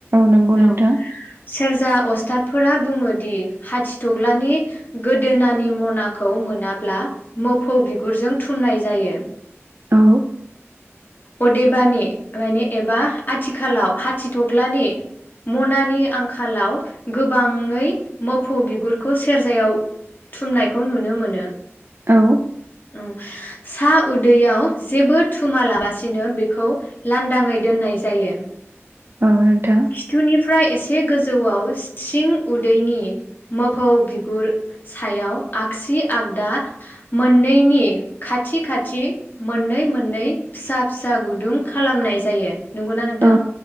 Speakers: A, on the right; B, on the left.
A: नंगौ नोंथां
B: औ सेरजा अस्थादफोरा बुङो दि हादिदग्लानि गोदोनानि मनाखौ मोनाब्ला मोफौ बिगुरजों थुमनाय जायो
A: औ
B: अदेबानि मानि एबा आथिखालाव हादिदग्लानि मनानि आंखालाव गोबाङै मोफौ बिगुरखौ सेरजायाव थुमनायखौ नुनो मोनो
A: औ
B: औ‌ सा उदैयाव जेबो थुमा लाबासिनो बेखौ लान्दाङै दोननाय जायो
A: औ नोंथां
B: थुनिफ्राय एसे गोजौआव सिं उदैनि मोफौ बिगुर सायाव आगसि आगदा मोननैनि खाथि खाथि मोननै मोननै फिसा फिसा गुदुं खालामनाय जायो नंगौना नोंथां
A: औ